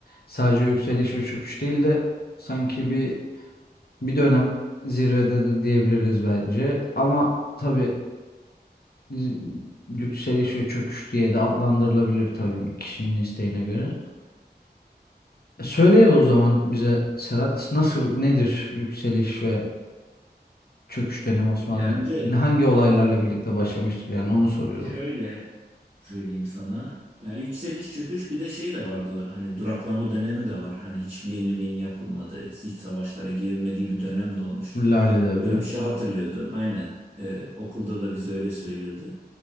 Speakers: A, on the left; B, on the right.
A: Sadece yükseliş ve çöküş değil de sanki bir bir dönem zirvede de diyebiliriz bence. Ama tabii z- yükseliş ve çöküş diye de adlandırılabilir tabii kişinin isteğine göre. E, Söyleyeyim o zaman bize Serhat nasıl nedir yükseliş ve çöküş dönemi Osmanlı'nın
B: Ya önce
A: Ne- hangi olaylarla birlikte başlamıştır yani onu soruyorum.
B: şöyle söyleyeyim sana. Ya yükseliş çöküş bir de şey de vardı hani duraklama dönemi de var. Hani hiçbir yeniliğin yapılmadığı, hiç savaşlara girilmediği bir dönem de olmuştur.
A: Lale Devri.
B: Böyle bir şey hatırlıyordum aynen. Ee, okulda da bize öyle söylüyordu.